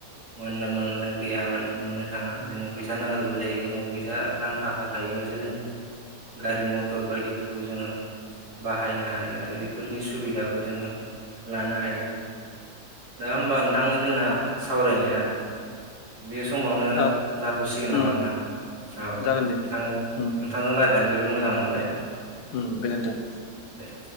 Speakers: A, on the right; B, on the left.
A: मोननो मोननो गैया माने मोननो थाङा जोंनो फैसा नांग्रोगौ जायो जोङो फैसा रां थाखा थायो । बासो जों गारि मटर बायदिफोरखौ जोङो बाहायनो हायो आरो बेफोरनि सुबिदाखौ जों लानो हायो दा होमबा नोंथां जोंना सावरायनाया बे समावनो
B: हा
A: जाथ'सिगोन नामा
B: उम
A: नोंथां? औ नोंथां
B: जागोन दे उम
A: नोंथांजों रायल्लायनानै जोबोद मोजां मोनबाय
B: उम गोजोन्थों ।
A: दे